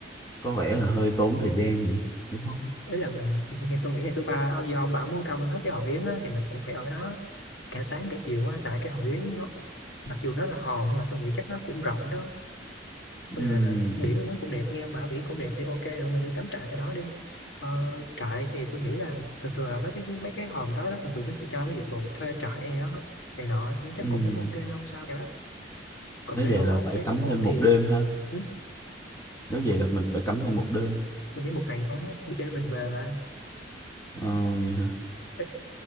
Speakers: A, on the left (about 15°); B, on the left (about 85°).
A: có vẻ là hơi tốn thời gian nhỉ đúng không
B: ý là mình tôi nghĩ ngày thứ ba ông- do ông bảo muốn công hết cái hòn yến á, thì mình cũng phải ở đó cả sáng cả chiều á tại cái hòn yến nó mặc dù nó là hòn nhưng mà tôi nghĩ chắc nó cũng rộng đó với
A: Ừm,
B: lại là biển nó cũng đẹp nghe ông bảo biển cũng đẹp thì ok rồi mình đi cắm trại tại đó đi ờ, trại thì tôi nghĩ là thường thường là mấy cái mấy cái hòn đó, đó thường thường nó sẽ cho cái dịch vụ thuê trại hay đó này nọ thì nó chắc
A: ừm.
B: cũng ok không sao cả còn
A: nếu
B: nếu
A: vậy
B: ông
A: là
B: ông
A: phải
B: thấy
A: cắm
B: không ổn
A: thêm
B: thì
A: một đêm ha
B: ừ,
A: nếu
B: một,
A: vậy là mình phải cắm thêm một đêm
B: tôi nghĩ một ngày thôi á để mình về mà
A: ờ vậy hả
B: Ê,